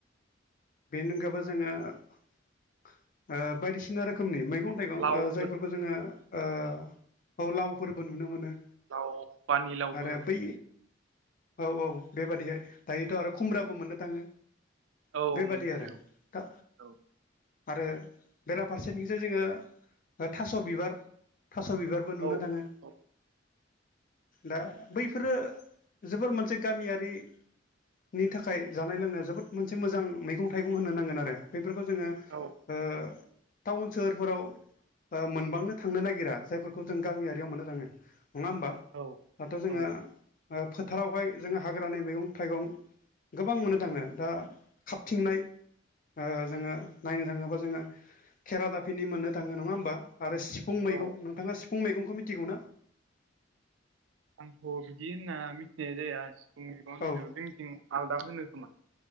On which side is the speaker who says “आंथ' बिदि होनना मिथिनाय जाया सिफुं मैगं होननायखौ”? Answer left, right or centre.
Right